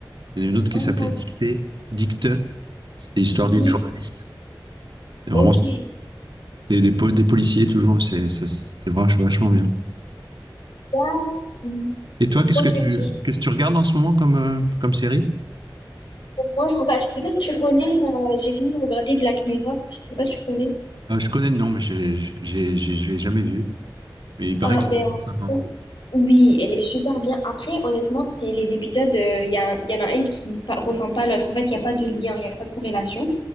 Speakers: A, on the right (about 70°); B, on the left (about 75°).
A: Il y en a une autre qui
B: Ah,
A: s'appelait
B: ok.
A: Dictée, Dicte. C'était l'histoire
B: Dis,
A: d'une journaliste. Et vraiment,
B: ok.
A: c'était des, po- des policiers toujours. C'est, ça, c'était vachement, vachement bien.
B: Ah,
A: Et toi, qu'est-ce
B: Ok,
A: que tu,
B: ok.
A: qu'est-ce que tu regardes en ce moment comme, euh, comme série?
B: Moi, je regarde, je sais pas si tu connais, euh, j'ai fini de regarder Black Mirror. Je sais pas si tu connais.
A: Euh, je connais le nom, mais j'ai, j'ai, j'ai, j'ai jamais vu. Mais il paraît
B: Ah,
A: que
B: ben,
A: c'est vraiment sympa.
B: oui, elle est super bien. Après, honnêtement, c'est les épisodes, euh, il y a, un- y en a un qui pa- ressemble pas à l'autre. En fait, il n'y a pas de lien, il n'y a pas de corrélation.